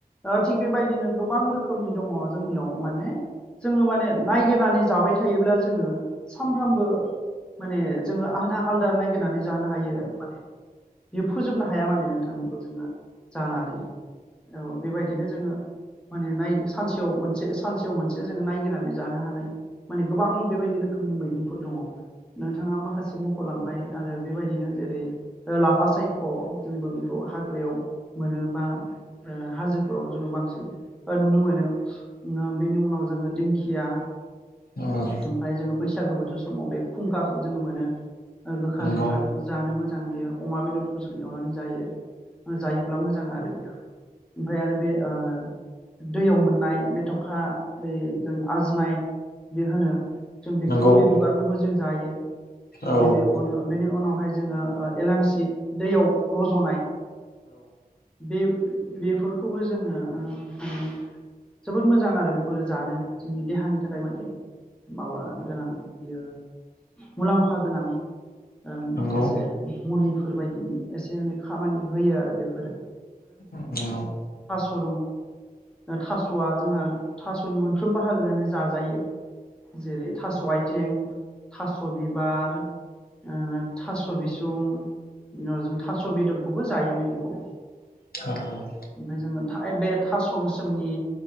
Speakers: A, in the centre; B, on the left.
A: ओ थिग बेबायदिनो गोबां रोखोमनि दङ जोंनियाव माने जोङो माने नायगिरनानै जाबाय थायोब्ला जोङो सानफ्रामबो माने जोङो आलदा आलदा नायगिरनानै जानो हायो माने बियो फोजोबनो हाया माने नोंथां बेखौ जोङो जानानै औ बेबायदिनो जोङो माने सानसेयाव मोनसे सानसेयाव मोनसे जोङो नायगिरनानै जानो हानाय माने गोबां बेबाय यदि रोखोमनि मैगंफोर दङ नोंथाङा माखासे मख'लांबाय आरो बेबायदिनो जेरै लाफा सायख' जोंबो बे खौ हाग्रायाव मोनो बा ओ हाजो फोराव जोङो बांसिन ओ नुनो मोनो बेनि उनाव जोङो दिंखिया
B: औ
A: ओमफ्राय जोङो बैसागो बोथोर समाव बे खुंखाखौ जोङो मोनो। गोखा
B: नंगौ
A: गोखा बेखौ जानो मोजां बियो अमा बेदरखौ जों एवनानै जायो। जायोब्ला मोजां आरो बियो ओमफ्राय आरो बे ओ दैयाव मोननाय मेथाखा बे जों आजिनाय जे होनो जों बेखौबो
B: नंगौ
A: बे बिबारखौबो जों जायो
B: ओम
A: बेनि उन बेनि उनावहाय जोङो ओ एलांसि दैयाव रज'नाय बे बेफोरखौबो जोङो ओ माने जोबोद मोजां आरो बेफोरो जानो जोंनि देहानि थाखाय माने माबा गोनां बियो मुलामफा गोनां ओम
B: नंगौ
A: एसे मुलिफोर बायदिनि एसे एनै खामानि होयो आरो बेफोरो
B: नंगौ
A: बो दङ थास'या जोंहा थास'नि मोनफ्रोमबो हागोयानो जाजायो। जेरै थास' आयथिं थास' बिबार ओ थास' बिसुं बिनि उनाव जों थास' बेदरखौबो जायो बेनिखौ
B: <unintelligible>
A: ओमफ्राय जोङो थाइ बे थास' गोसोमनि